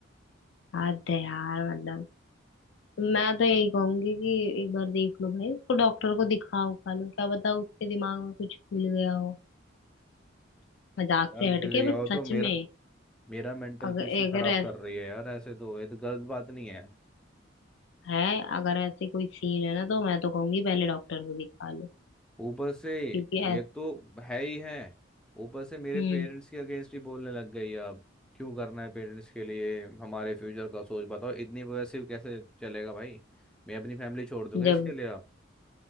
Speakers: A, on the left (about 70°); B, in the centre.
A: बात है यार मतलब मैं तो यही कहूंगी कि एक बार देख लो भाई उसको डॉक्टर को दिखा उखा लो क्या पता उसके दिमाग में कुछ खुल गया हो मजाक
B: यार
A: से हटके
B: ले जाओ
A: बट सच
B: तो मेरा
A: में
B: मेरा मेंटल
A: अगर
B: पीस क्यों
A: अगर
B: खराब
A: ऐसा
B: कर रही है यार ऐसे तो ये तो गलत बात नहीं है
A: है अगर ऐसे कोई सीन है ना तो मैं तो कहूंगी पहले डॉक्टर को दिखा लो
B: ऊपर से
A: क्योंकि
B: ये
A: ऐस
B: तो है ही है ऊपर से मेरे
A: हम्म
B: पेरेंट्स के अगेंस्ट भी बोलने लग गई है अब क्यों करना है पेरेंट्स के लिए हमारे फ्यूचर का सोच बताओ इतनी वजह से कैसे चलेगा भाई मैं अपनी फैमिली छोड़ दूंगा
A: ऐसे जब
B: इसके लिए अब